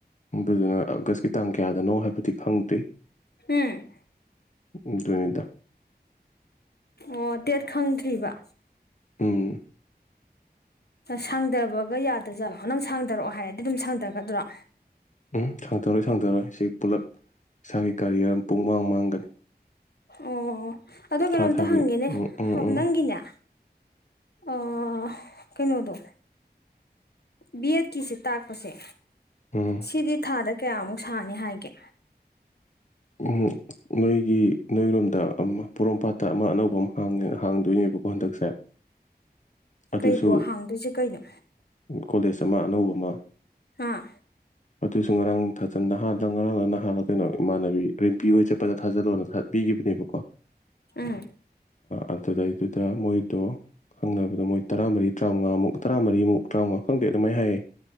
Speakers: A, on the left; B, on the left.
A: ꯑꯗꯨꯗꯨꯅ ꯑꯥꯒꯁꯀꯤ ꯇꯥꯡ ꯀꯌꯥꯗꯅꯣ ꯍꯥꯏꯕꯗꯤ ꯈꯪꯗ꯭ꯔꯤ
B: ꯍꯨꯝ
A: ꯑꯗꯨꯅꯤꯗ
B: ꯑꯣ ꯗꯦꯠ ꯈꯪꯗ꯭ꯔꯤꯕ
A: ꯎꯝ
B: ꯁꯥꯡꯗꯕꯒ ꯌꯥꯗ ꯖꯥꯠꯂꯣ ꯅꯪ ꯁꯥꯡꯗꯔꯛꯑꯣ ꯍꯥꯏꯔꯗꯤ ꯑꯗꯨꯝ ꯁꯥꯡꯊꯒꯗ꯭ꯔꯣ
A: ꯎꯝ ꯁꯥꯡꯊꯔꯣꯏ ꯁꯥꯡꯊꯔꯣꯏ ꯁꯤ ꯄꯨꯜꯂꯞ ꯏꯁꯥꯒꯤ ꯀꯔꯤꯌꯔ ꯄꯨꯡ ꯃꯥꯡ ꯃꯥꯡꯒꯅꯤ
B: ꯑꯣ ꯑꯗꯣ ꯀꯩꯅꯣꯝꯇ
A: ꯊꯥ ꯊꯥꯒꯤ
B: ꯍꯪꯒꯦꯅꯦ
A: ꯎꯝ ꯎꯝ ꯎꯝ
B: ꯅꯪꯒꯤꯅꯦ ꯑ ꯀꯩꯅꯣꯗꯣ ꯕꯦꯠ ꯀꯤꯁꯤ ꯇꯥꯛꯄꯁꯦ
A: ꯎꯝ
B: ꯁꯤꯗꯤ ꯊꯥꯗ ꯀꯌꯥꯃꯨꯛ ꯁꯥꯅꯤ ꯍꯥꯏꯒꯦ
A: ꯎꯝ ꯅꯣꯏꯒꯤ ꯅꯣꯏꯔꯣꯝꯗ ꯑꯃ ꯄꯣꯔꯣꯝꯄꯥꯠꯇ ꯑꯃ ꯑꯅꯧꯕ ꯑꯃ ꯍꯥꯡꯗꯣꯏꯅꯦꯕꯀꯣ ꯍꯟꯗꯛꯁꯦ <unintelligible> ꯑꯗꯨꯁꯨ
B: ꯀꯩꯕꯣ ꯍꯥꯡꯗꯣꯏꯁꯦ ꯀꯩꯅꯣ
A: ꯀꯣꯂꯦꯖ ꯑꯃ ꯑꯅꯧꯕ ꯑꯃ
B: ꯑꯥ
A: ꯑꯗꯨꯁꯨ ꯉꯔꯥꯡ ꯊꯥꯖꯟ ꯅꯍꯜꯂ ꯉꯔꯥꯡꯂ ꯅꯍꯥꯜꯂ ꯀꯩꯅꯣ ꯏꯃꯥꯟꯅꯕꯤ ꯏꯕꯦꯝꯄꯤ ꯍꯣꯏ ꯆꯠꯄꯗ ꯊꯥꯖꯜꯂꯣꯅ ꯊꯄꯤꯈꯤꯕꯅꯦꯕꯀꯣ
B: ꯎꯝ
A: ꯑꯗꯨꯗꯩꯗꯨꯗ ꯃꯣꯏꯗꯣ ꯈꯪꯅꯕꯗ ꯃꯣꯏ ꯇꯔꯥꯃꯔꯤ ꯇꯔꯥꯎꯉꯥꯃꯨꯛ ꯇꯔꯥꯃꯔꯤꯃꯨꯛ ꯇꯔꯥꯃꯉꯥ ꯈꯪꯗꯦ ꯑꯗꯨꯃꯥꯏꯅ ꯍꯥꯏꯌꯦ